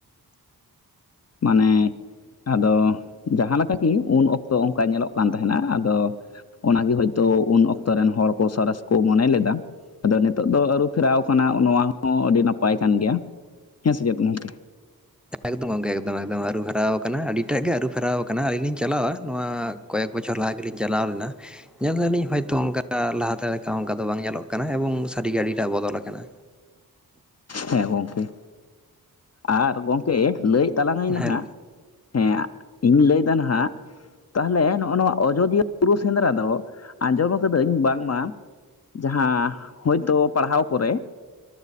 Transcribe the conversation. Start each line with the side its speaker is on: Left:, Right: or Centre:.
Left: ᱢᱟᱱᱮ ᱟᱫᱚ ᱡᱟᱦᱟᱸ ᱞᱮᱠᱟ ᱠᱤ ᱩᱱ ᱚᱠᱛᱚ ᱚᱱᱠᱟ ᱧᱮᱞᱚᱜ ᱠᱟᱱ ᱛᱟᱦᱮᱱᱟ ᱟᱫᱚ ᱚᱱᱟᱜᱮ ᱦᱳᱭᱛᱳ ᱩᱱ ᱚᱠᱛᱚ ᱨᱮᱱ ᱦᱚᱲ ᱠᱚ ᱥᱚᱨᱮᱥ ᱠᱚ ᱢᱚᱱᱮ ᱞᱮᱫᱟ ᱟᱫᱚ ᱱᱤᱛᱚᱜ ᱫᱚ ᱟᱹᱨᱩ ᱯᱷᱮᱨᱟᱣ ᱠᱟᱱᱟ ᱱᱚᱣᱟ ᱦᱚᱸ ᱟᱹᱰᱤ ᱱᱟᱯᱟᱭ ᱠᱟᱱ ᱜᱮᱭᱟ ᱦᱮᱸ ᱥᱮ ᱪᱮᱫ ᱜᱚᱢᱠᱮ
Centre: ᱮᱠᱫᱚᱢ ᱜᱚᱝᱠᱮ ᱮᱠᱫᱚᱢ ᱮᱠᱫᱚᱢ ᱟᱹᱨᱩ ᱯᱷᱮᱨᱟᱣ ᱠᱟᱱᱟ ᱟᱹᱰᱤᱴᱟᱜ ᱜᱮ ᱟᱹᱨᱩ ᱯᱷᱮᱨᱟᱣ ᱟᱠᱟᱱᱟ ᱟᱹᱞᱤᱧ ᱞᱤᱧ ᱪᱟᱞᱟᱣᱟ᱾ ᱱᱚᱣᱟ ᱠᱚᱭᱮᱠ ᱵᱚᱪᱷᱚᱨ ᱞᱟᱦᱟ ᱜᱮᱞᱤᱧ ᱪᱟᱞᱟᱣ ᱞᱮᱱᱟ᱾ ᱧᱮᱞ ᱫᱟᱞᱤᱧ ᱦᱚᱭᱛᱳ ᱚᱱᱠᱟ ᱞᱟᱦᱟᱛᱮ ᱞᱮᱠᱟ ᱚᱱᱠᱟ ᱫᱚ ᱵᱟᱝ ᱧᱮᱞᱚᱜ ᱠᱟᱱᱟ ᱮᱵᱚᱝ ᱥᱟᱹᱨᱤ ᱜᱮ ᱟᱹᱰᱤ ᱴᱟᱜ ᱵᱚᱫᱚᱞ ᱟᱠᱟᱱᱟ᱾
Left: ᱦᱮᱸ ᱜᱚᱝᱠᱮ᱾ ᱟᱨ ᱜᱚᱝᱠᱮ ᱞᱟᱹᱭᱮᱫ ᱛᱟᱞᱟᱝ ᱟᱧ ᱱᱟᱦᱟᱜ
Centre: ᱦᱮᱸ
Left: ᱦᱮᱸ ᱤᱧ ᱞᱟᱹᱭᱫᱟ ᱱᱟᱦᱟᱜ ᱛᱟᱦᱞᱮ ᱱᱚᱜᱼᱚ ᱱᱚᱣᱟ ᱟᱡᱚᱫᱤᱭᱟᱹ ᱵᱩᱨᱩ ᱥᱮᱸᱫᱽᱨᱟ ᱫᱚ ᱟᱸᱡᱚᱢ ᱟᱠᱟᱫᱟᱹᱧ ᱵᱟᱝᱢᱟ ᱡᱟᱦᱟᱸ ᱦᱳᱭᱛᱳ ᱯᱟᱲᱦᱟᱣ ᱠᱚᱨᱮ